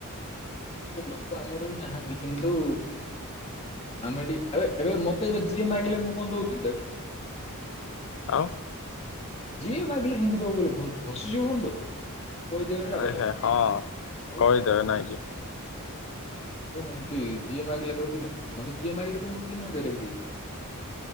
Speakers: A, on the left; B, on the left.
A: ଲୋକ ଆମର ବି ନାହାନ୍ତି କିନ୍ତୁ ଆମେ ଏଠି ଏ ଏବେ, ମତେ ଏବେ ଯିଏ ମାଗିଲେ ମୁଁ କଣ ଦଉଛି କି ତାକୁ।
B: ଆଉ।
A: ଯିଏ ମାଗିଲେ ହିନ୍ଦୀ ଦବକୁ ଗଲେ ଭସିଯିବ କୁନ୍ତୁ। କୋଇ ଦେହରେ
B: ଆରେ
A: <unintelligible> <unintelligible>
B: ହେ ହଁ କହିଦେବେ ନାଇଁ କି
A: ମୁଁ ଏମିତି ଜିଏ ମାଗିଲ ଦେ ଦଉଛି ନା କଣ ମତେ, ଜିଏ ମାଗିଲେ ତ ମୁ ତିନି ହଜାର ବି ଦେଇପାରି।